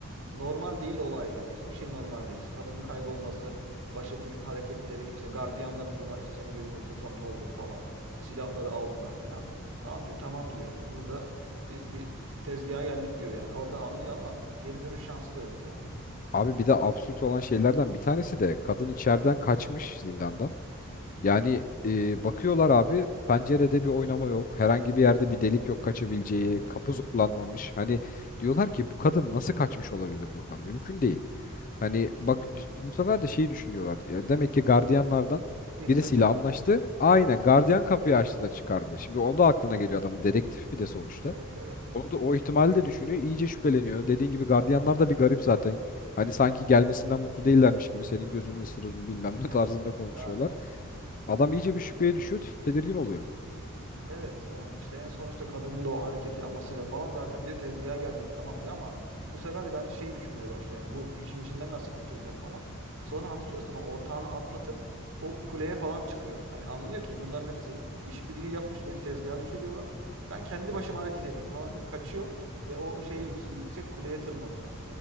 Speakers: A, on the right (about 60°); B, on the left (about 40°).
A: normal değil olaylar. Hiçbir şey normal değil. Kadının kaybolması, başhekimin hareketleri, işte gardiyanların buna işte senin gözünü ısırsam ne olur falan. Silahları aldılar filan. Lan diyor tamam diyor. Hani burada biz bir tezgaha geldik diyor yani. Orada anlıyor ama geri dönüş şansı da yok yani.
B: Abi bir de absürt olan şeylerden bir tanesi de kadın içeriden kaçmış zindandan. Yani e, bakıyorlar abi pencerede bir oynama yok. Herhangi bir yerde bir delik yok kaçabileceği.
A: Evet.
B: Kapı zorlanmamış. Hani diyorlar ki bu kadın nasıl kaçmış olabilir buradan? Mümkün değil. Hani bak bu sefer de şeyi düşünüyorlar. Ya demek ki gardiyanlardan
A: Biri
B: birisiyle
A: kaçırdı.
B: anlaştı. Aynen
A: Evet.
B: gardiyan kapıyı açtı da çıkardı. Şimdi o da aklına geliyor adam dedektif bir de sonuçta.
A: Evet evet.
B: Onu da o ihtimali de düşünüyor. iyice şüpheleniyor. Dediğin gibi gardiyanlar da bir garip zaten. Hani sanki gelmesinden mutlu değillermiş gibi senin gözünü ısırırım bilmem ne
A: Ha.
B: <laughs> tarzında konuşuyorlar.
A: Yani
B: Adam iyice bir şüpheye düşüyor, tedirgin oluyor.
A: Evet yani işte en sonuçta kadının da o hareketi yapmasıyla falan zaten diyor tezgaha geldik tamam diyor ama bu sefer bence şeyi düşünmeye başlıyor. Yani bu işin içinden nasıl kurtulacağım falan. Sonra hatırlıyorsan o ortağını atlatıp o kuleye falan çıkıyor. Hani anlıyor ki bunların hepsi işbirliği yapmış beni tezgaha düşürüyorlar. Ben kendi başıma hareket edeyim falan deyip kaçıyor ve o şey yüksek, yüksek kuleye tırmanıyor.